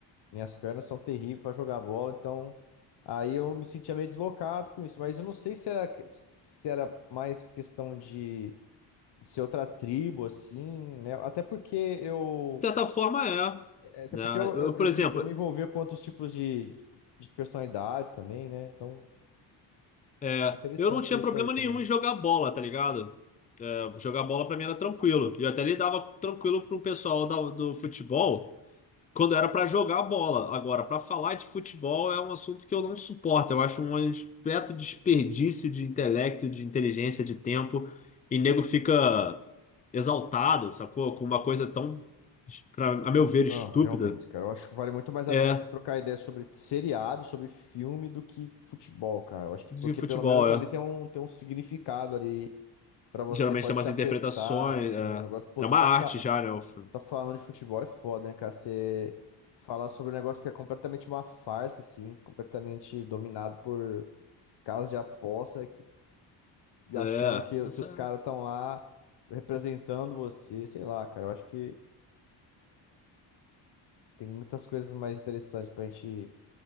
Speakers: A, on the left; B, on the left.
A: minhas pernas são terríveis pra jogar bola, então aí eu me sentia meio deslocado com isso. Mas eu não sei se era, que- se era mais questão de ser outra tribo, assim, né? Até porque eu.
B: De certa forma, é.
A: É, até
B: né?
A: porque eu,
B: Eu,
A: eu, eu,
B: por exemplo,
A: me eu me envolvia com outros tipos de, de personalidades também, né? Então,
B: é,
A: interessante
B: eu não tinha
A: ver
B: problema
A: isso daí também.
B: nenhum em jogar bola, tá ligado? É, jogar bola pra mim era tranquilo. E eu até lidava tranquilo pro pessoal da- do futebol. quando era pra jogar bola. Agora, pra falar de futebol é um assunto que eu não suporto. Eu acho um completo desperdício de intelecto, de inteligência, de tempo. E nego fica exaltado, sacou? Com uma coisa tão, pra, a meu ver,
A: Ah,
B: estúpida.
A: realmente, cara. Eu acho que vale muito mais
B: É,
A: a pena você trocar ideia sobre seriado, sobre filme, do que futebol, cara. Eu acho que
B: de
A: porque
B: futebol,
A: pelo menos
B: é.
A: ali tem um, tem um significado ali pra você,
B: Geralmente
A: pode
B: tem umas
A: te
B: interpretações.
A: afetar.
B: É,
A: Agora, pô,
B: é
A: tu
B: uma
A: tá,
B: arte
A: fica,
B: já, né? o filme.
A: tá falando de futebol é foda, né, cara? Você falar sobre um negócio que é completamente uma farsa, assim, completamente dominado por casas de aposta e
B: É,
A: achando que,
B: isso
A: que os caras estão lá representando você, sei lá, cara. Eu acho que tem muitas coisas mais interessantes pra gente